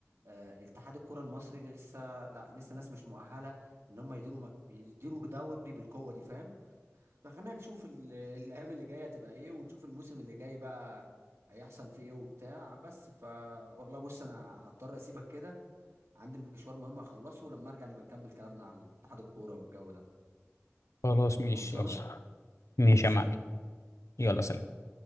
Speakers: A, on the right (about 70°); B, on the left (about 80°).
A: آه، اتحاد الكره المصري لسه لا لسه ناس مش مؤهله ان هم يديروا مك- يديروا دوري بالقوه دي فاهم فخلينا نشوف ال- <laughs> الايام اللي جايه هتبقى ايه ونشوف الموسم اللي جاي بقى هيحصل فيه ايه وبتاع بس ف والله بص انا هضطر اسيبك كده عندي مشوار مهم اخلصه ولما ارجع نبقى نكمل كلامنا على اتحاد الكوره والجو ده
B: خلاص ماشي
A: خلصانه
B: يلا ماشي
A: مع السلامه
B: يا معلم
A: سلام
B: يلا سلام